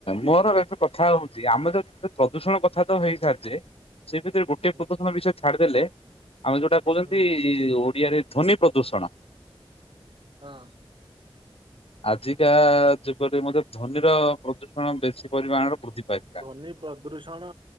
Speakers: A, on the left (about 85°); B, on the right (about 60°).
A: ମୋର ଏଥ କଥା ହଉଚି ଆମେ ତ ଯୋଉ ପ୍ରଦୂଷଣ କଥା ତ ହେଇସାରଚେ, ସେ ଭିତରେ ଗୋଟ
B: ହୁଁ
A: ପ୍ରଦୂଷଣ ବିଷୟ ଛାଡିଦେଲେ, ଆମେ ଯୋଉଟା କହୁଛନ୍ତି
B: ହୁଁ
A: ଓଡିଆରେ ଧ୍ୱନି ପ୍ରଦୂଷଣ।
B: ହଁ।
A: ଆଜିକା ଯୁଗରେ ମଧ୍ୟ ଧ୍ବନିର ପ୍ରଦୂଷଣ ବେଶୀ ପରିମାଣର ବୃଦ୍ଧି ପାଏ।
B: ନି ପ୍ରଦୂଷଣ,